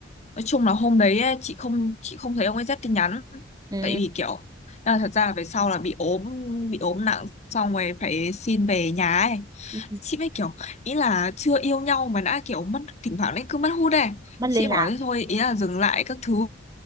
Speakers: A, on the left; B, on the right.
A: nói chung là hôm đấy ấy, chị không chị không thấy ông ấy rep tin nhắn
B: ừ
A: tại vì kiểu là thật ra là về sau là bị ốm bị ốm nặng xong rồi phải xin về nhà ấy
B: ừ.
A: chị mới kiểu ý là chưa yêu nhau mà đã kiểu mất thỉnh thoảng đấy cứ mất hút ấy
B: mất
A: chị
B: liên
A: bảo
B: lạc
A: thế thôi ý là dừng lại các thứ